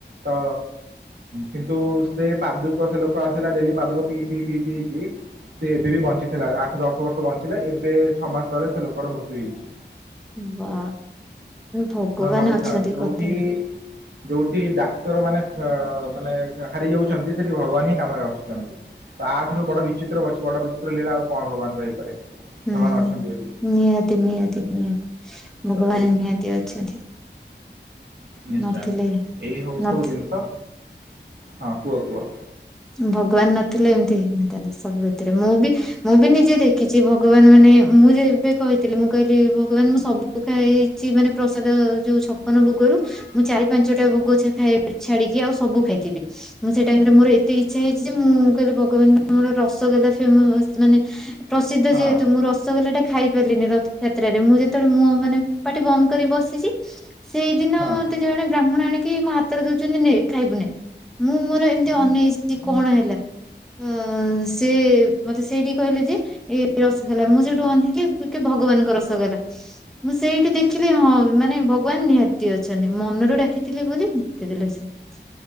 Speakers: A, on the right; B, in the centre.
A: ତ କିନ୍ତୁ ସେ ପାଦୁକ ସେ ଲୋକ ଆସିଲା ଡେଲି ପାଦୁକ ପିଇ ପିଇ ପିଇ ପିଇକି ସେ ଏବେ ବି ବଞ୍ଚିଥିଲା। ଆଠ ଦଶ ବର୍ଷ ବଞ୍ଚିଲା। ଏବେ ଛଅ ମାସ ତଳେ ସେ ଲୋକର ମୃତ୍ୟୁ ହେଇଛି।
B: ବା ଭଗବାନ
A: ନ ଭାବୁଥାଅ
B: ଅଛନ୍ତି
A: ଯୋଉଠି
B: କଥାରେ।
A: ଯୋଉଠି ଡାକ୍ତର ମାନେ ଅ ମାନେ ହାରି ଯାଉଛନ୍ତି ସେଠି ଭଗବାନ ହିଁ କାମରେ ଆସୁଛନ୍ତି। ତାଆଠାରୁ ବଡ ବିଚିତ୍ର ବଡ ବିଚିତ୍ର ଲୀଳା ଆଉ କଣ ଭଗବାନଙ୍କର ହେଇପାରେ।
B: ହୁଁ
A: ଭଗବାନ ଅଛନ୍ତି ବୋଲିକି।
B: ନିହାତି ନିହାତି ନିହାତି ଭଗବାନ
A: ତ ଏଇ।
B: ନିହାତି ଅଛନ୍ତି
A: ନିଶ୍ଚୟ
B: ନଥିଲେ
A: ଏଇ ହଉଛି ସବୁ
B: ନ
A: ଜିନିଷ। ହଁ କୁହ କୁହ?
B: ଭଗବାନ ନଥିଲେ ଏମିତି ହେଇନଥାନ୍ତା। ସବୁ ଏଥିରେ ମୁଁ ବି ମୁଁ ବି ନିଜେ ଦେଖିଛି ଭଗବାନ ମାନେ ମୁଁ ଯେବେ କହିଥିଲି ମୁଁ କହିଲି ଭଗବାନ ମୁଁ ସବୁ ପଖା ହେଇଛି ମାନେ ପ୍ରସାଦ ଯୋଉ ଛପନ ଭୋଗରୁ ମୁଁ ଚାରି ପାଞ୍ଚ ଟା ଭୋଗ ଇ ଛାଡିକି ଆଉ ସବୁ ଖାଇଥିବି। ମୁଁ ସେ ଟାଇମ ରେ ମୋର ମତେ ଇଚ୍ଛା ହେଇଛି ଯେ ମୁଁ କହିଲି ଭଗବାନ ମୋର ରସଗୋଲା ଫେମସ ମାନେ ପ୍ରସିଦ୍ଧ
A: ହଁ
B: ଯେହେତୁ ମୁଁ ରସ ରସଗୋଲା ଟା ଖାଇ ପାରିଲିନି ରଥଯାତ୍ରାରେ। ମୁଁ ଯେତେବେଳେ ମୁ ମାନେ ପାଠି ବନ୍ଦ କରି ବସିଛି ସେଇଦିନ
A: ହଁ
B: ତ ଜଣେ ବ୍ରାହ୍ମଣ ଆଣିକି ମୋ ହାତରେ ଦଉଛନ୍ତି ନେ ଖାଇବୁ ନେ। ମୁଁ ମୋର ଏମିତି ଅନେଇଚି ସେ କଣ ହେଲା। ଅ ସେ ମତେ ସେଇଠି କହିଲେ ଯେ ଏଇ ରସଗଲା। ମୁଁ ସେଠୁ ଅନେଇିଲି କି ଭଗବାନଙ୍କ ରସଗୋଲା ମୁଁ ସେଇଠି ଦେଖିଲି ହଁ ମାନେ ଭଗବାନ ନିହାତି ଅଛନ୍ତି ମନରୁ ଡାକିଥିଲି ବୋଲି ନିହାତି ଦେଲେ ସେ। ହ